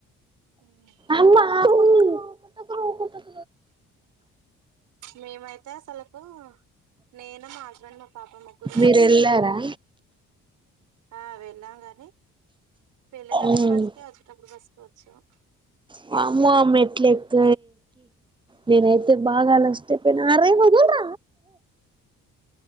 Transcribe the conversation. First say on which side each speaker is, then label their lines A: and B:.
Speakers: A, on the right; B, on the right.
A: హుమ్
B: అమ్మ <inaudible>
A: మేమైతే అసలుకు నేను మా హస్బెండ్ మా పాప ముగ్గురు
B: మీరు
A: మా
B: వెళ్ళారా
A: హా వెళ్లి లాంగా వెళ్లేటప్పుడు
B: ఉమ్
A: బస్సు కే వచ్చేటప్పుడు బస్సు కే వచ్చినం
B: వామ్మో ఆ మెట్లు ఎక్క నేనైతే బాగా అలస్ట అరేయ్ వదుల్ర